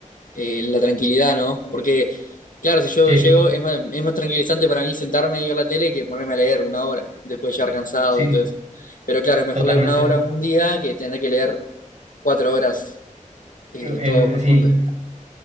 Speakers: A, on the left; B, on the right.
A: eh, la tranquilidad, ¿no? Porque, claro, si yo
B: sí,
A: llego, es más, es más tranquilizante para mí sentarme y ver la tele que ponerme a leer una hora, después de llegar cansado
B: sí,
A: y todo eso. Pero claro, es mejor
B: totalmente.
A: leer una hora un día que tener que leer cuatro horas eh,
B: En-
A: todos
B: sí,
A: juntos.